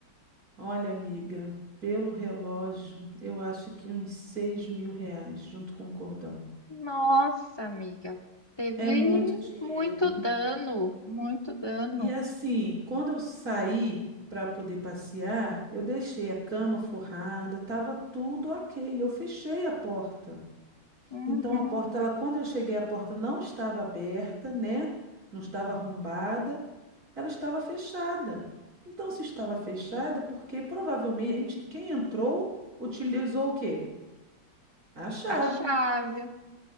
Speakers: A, on the right; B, on the left.
A: Olha, amiga, pelo relógio, eu acho que uns seis mil reais junto com o cordão.
B: Nossa, amiga, teve
A: É muito dinheiro.
B: muito dano, muito dano.
A: E assim, quando eu saí para poder passear, eu deixei a cama forrada, estava tudo ok. Eu fechei a porta.
B: Uhum.
A: Então a porta, ela, quando eu cheguei, a porta não estava aberta, né? Não estava arrombada, ela estava fechada. Então se estava fechada, porque provavelmente quem entrou utilizou o quê? A chave.
B: A chave.